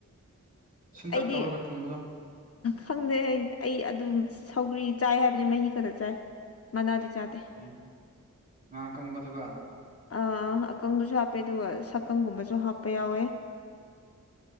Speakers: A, on the right; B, on the left.
A: ꯁꯤꯦꯟꯇꯥꯛ
B: ꯑꯩꯗꯤ
A: ꯇꯧꯔꯒ ꯊꯝꯕꯗꯣ
B: ꯈꯪꯗꯦ ꯑꯩ ꯑꯗꯨꯝ ꯁꯧꯒ꯭ꯔꯤ ꯆꯥꯏ ꯍꯥꯏꯕꯅꯤ ꯃꯍꯤ ꯈꯛꯇ ꯆꯥꯏ ꯃꯅꯥꯗꯤ ꯆꯥꯗꯦ
A: ꯎꯦ ꯉꯍꯥ ꯀꯪꯕꯗꯨꯒ
B: ꯑ ꯑꯀꯪꯕꯁꯨ ꯍꯥꯞꯄꯦ ꯑꯗꯨꯒ ꯁꯛꯀꯪꯒꯨꯝꯕꯁꯨ ꯍꯥꯞꯄ ꯌꯥꯎꯋꯦ